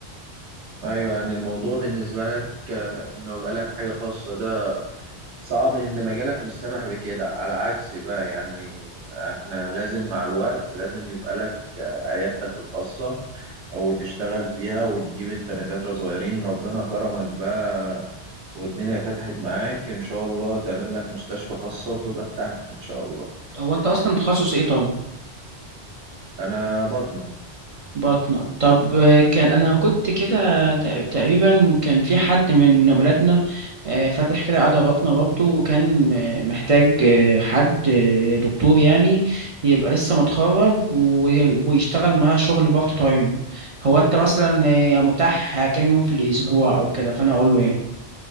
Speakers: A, on the right; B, on the right.
A: ايوه يعني الموضوع بالنسبه لك آه، انه يبقى لك حاجه خاصه ده صعب ان مجالك مش سامح بكده على عكس بقى يعني احنا لازم مع الوقت لازم يبقى لك آه، عيادتك الخاصه وتشتغل فيها وتجيب انت دكاتره صغيرين ربنا كرمك بقى والدنيا فتحت معاك إن شاء الله تعمل لك مستشفى خاصة وتبقى بتاعتك إن شاء الله
B: هو انت اصلا تخصص ايه طيب
A: أنا بطنة
B: بطنة طب آه، كان أنا كنت كده تق- تقريبا كان في حد من ولادنا آه، فاتح كده عيادة بطنة برضه وكان آه، محتاج آه، حد آه، دكتور يعني يبقى لسه متخرج وي- ويشتغل معاه شغل بارت تايم هو أنت مثلا آه، متاح كام يوم في الأسبوع أو كده فأنا أقول له يعني